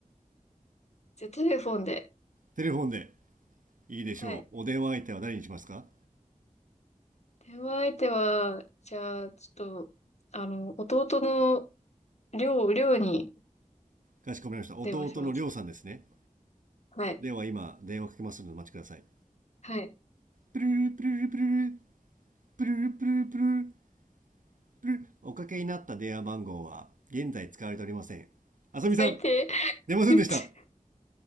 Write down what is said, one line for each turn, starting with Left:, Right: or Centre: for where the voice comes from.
Left: じゃあ、テレフォンで。
Right: テレフォンでいいでしょう。
Left: はい。
Right: お電話相手は誰にしますか
Left: 電話相手は、じゃあ、ちょっと、あの、弟の、りょう、りょうに
Right: かしこまりました。弟のりょうさんですね。
Left: 電話します。はい。
Right: では今、電話かけますのでお待ちください。
Left: はい。
Right: プルルプルルプルル、プルルプルルプルル、プルル。おかけになった電話番号は現在使われておりません。あさみさん、
Left: 最低。
Right: 出ませんでした。
Left: <laughs> ちょ、